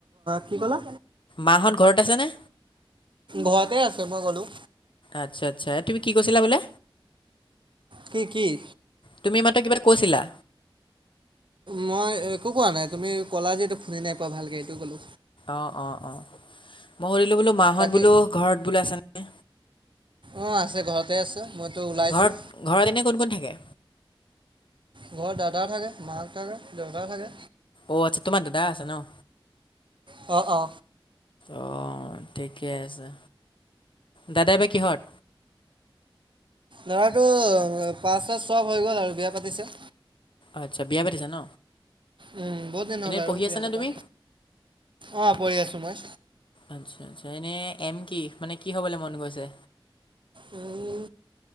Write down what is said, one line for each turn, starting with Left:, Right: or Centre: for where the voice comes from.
Right: কি ক'লা?
Left: মা হঁত ঘৰত আছে নে?
Right: ঘৰতে আছে। মই কলো
Left: আচ্ছা, আচ্ছা তুমি কি কৈছিলা বোলে?
Right: কি কি
Left: তুমি মাত্ৰ কিবা কৈছিলা।
Right: মই একো কোৱা নাই, তুমি কলা যে এইটো শুনি নাই পোৱা ভালকে এইটো ক'লো।
Left: অ, অ, অ 'মই সুধিলো বোলো মাহত
Right: বাকী
Left: বোলো ঘৰত বোলো আছ নে?
Right: অ' আছে ঘৰতে আছে। মইতো ওলাইছোঁ
Left: ঘৰত, ঘৰত এনে কোন কোন থাকে?
Right: ঘৰত দাদা থাকে, মাক থাকে, দেউতা থাকে।
Left: অ' আছা তোমাৰ দাদা আছে ন?
Right: অ, অ।
Left: অ' ঠিকে আছে দাদা বাই কিহত?
Right: লৰাটো পাঁচ চব হৈ গ'ল আৰু বিয়া পাতিছে।
Left: আচ্ছা বিয়া পাতিছা ন?
Right: উম, বহুত দিন
Left: এনেই
Right: হল আৰু
Left: পঢ়ি
Right: বিয়া
Left: আছানে
Right: পতা।
Left: তুমি
Right: অ' পঢ়ি আছো মই।
Left: আচ্ছা, আচ্ছা এনে এম কি? মানে কি হবলৈ মন গৈছে?
Right: উম,